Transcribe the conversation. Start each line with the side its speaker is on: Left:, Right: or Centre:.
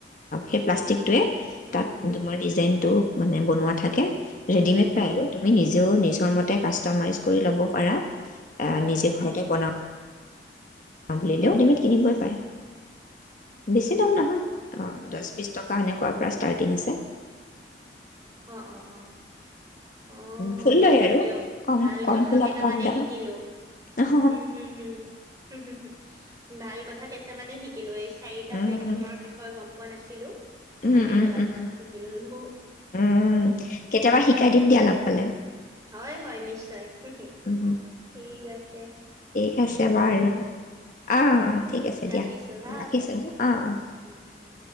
Left: সেই প্লাষ্টিক টোৱে
Right: উম
Left: তাত তোমাৰ ডিজাইনটো'। মানে বনোৱা থাকে'।
Right: উম
Left: ৰেডিমেড
Right: উম
Left: পাই আৰু তুমি নিজ নিজেও নিজৰ মতে কাষ্টমাইজ কৰি ল'ব পাৰা। আহ
Right: হয়
Left: নিজে ঘৰতে বনাওঁ বুলিলেও ডিমট কিনিবই
Right: অ',
Left: পাৰে, বেছি দাম নহয়,
Right: অ',
Left: অ দহ বিশ টকা এনেকুৱা। প্ৰ ষ্টাৰ্টিং আছে
Right: অ'-অ'-অ' আহ
Left: ফুল লয়
Right: হওক
Left: আৰু
Right: দিয়ক
Left: কম
Right: ভাল
Left: কম
Right: কথা
Left: ফুলত
Right: কেইটামানেই
Left: কম দাম
Right: শিকিলো
Left: উম,
Right: উম-হম-হম হুম-হু-হু ভাল কথা কেইতি মানে শিকিলো' এই চাৰিটা
Left: উম,
Right: পেইন্টিংৰ বিষয়ে গম প। পোৱা নাছিলোঁ।
Left: উম,
Right: ভালেই
Left: উম,
Right: হ'ল, আপোনাৰ
Left: উম,
Right: পৰা শিকি ললোহ।
Left: উম কেতিয়াবা শিকাই দিম দিয়া লগ পালে।
Right: হয় হয় নিশ্চয়। হোহি,
Left: উম,
Right: ঠিক আছে।
Left: ঠিক আছে বাৰু। অ, অ ঠিক আছে
Right: ৰাখিছোঁ
Left: দিয়া।
Right: হা,
Left: ৰাখিছ ন, অ, অ
Right: উম, উম।